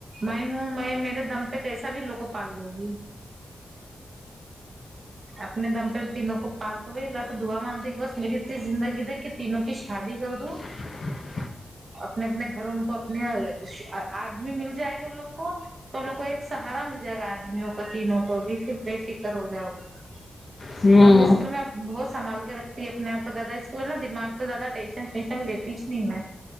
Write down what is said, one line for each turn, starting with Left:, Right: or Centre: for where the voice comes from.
Right: میں ہوں میں میرے دم پے کییسا بھی لوگ کو پال لو گی اپنے دم پے تینوں کو پال کے وہی اللہ سے دعا مانگتی کی بس میری اتنی زندگی دے کے تینوں کی شادی کر دوں
Left: <unintelligible>
Right: اپنے اپنے گھر ان کو اپنے آدمی مل جائے گے ان لوگ کو تو ان لوگ کو ایک سہارا مل جائے گا آدمیوں کو تینوں کو بھی پھر بے فکر ہو جاؤ گی
Left: پھر ہوں
Right: <unintelligible> بہت سنبھال کے رکھتی ہے اپنے آپ کو زیادہ اسکو ہے نہ دماغ پے زیادہ ٹینشن ینشن لیتی ہی نہیں میں